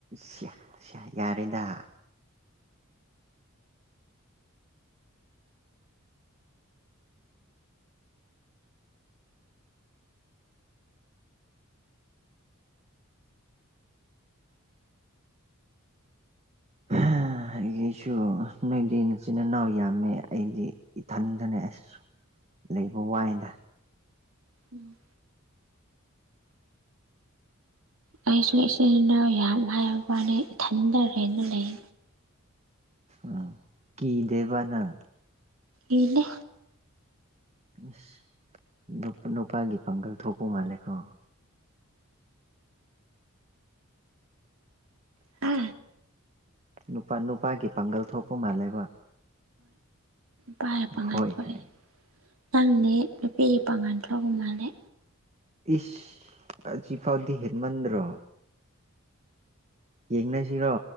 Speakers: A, on the right (about 30°); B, on the right (about 75°).
A: ꯁꯤꯌꯥ ꯁꯤꯌꯥ ꯌꯥꯔꯦꯗ ꯑ ꯑꯩꯒꯤꯁꯨ ꯅꯣꯏꯗꯤ ꯏꯆꯤꯟ ꯏꯅꯥꯎ ꯌꯥꯝꯃꯦ ꯑꯩꯗꯤ ꯏꯊꯟꯗꯅꯦ ꯑꯁ ꯂꯩꯕ ꯋꯥꯏꯗ
B: ꯎꯝ ꯑꯩꯁꯨ ꯏꯆꯤꯜ ꯏꯅꯥꯎ ꯌꯥꯝ ꯍꯥꯏꯕ ꯋꯥꯅꯦ ꯏꯊꯟꯗꯔꯦꯅ ꯂꯩ
A: ꯑ ꯀ ꯗꯦꯕꯅ
B: ꯏꯩꯅ
A: ꯏꯁꯁ ꯅꯨꯄꯥꯒꯤ ꯄꯥꯡꯒꯜ ꯊꯣꯛꯄ ꯃꯥꯜꯂꯦꯀꯣ
B: ꯍꯥ
A: ꯅꯨꯄꯥ ꯅꯨꯄꯥꯒꯤ ꯄꯥꯡꯒꯜ ꯊꯣꯛꯄ ꯃꯥꯜꯂꯦꯕ
B: ꯅꯨꯄꯥꯒꯤ ꯄꯥꯡꯉꯥꯟ
A: ꯍꯣꯏ
B: ꯊꯣꯛꯑꯦ
A: ꯍꯥꯏ
B: ꯅꯪꯅꯦ ꯅꯨꯄꯤꯒꯤ ꯄꯥꯡꯉꯥꯟ ꯊꯣꯛꯣꯛꯒꯨꯝ ꯃꯥꯜꯂꯦ
A: ꯏꯁ ꯍꯧꯖꯤꯐꯥꯎꯗꯤ ꯍꯦꯟꯃꯟꯗ꯭ꯔꯣ ꯌꯦꯡꯅꯁꯤꯔꯣ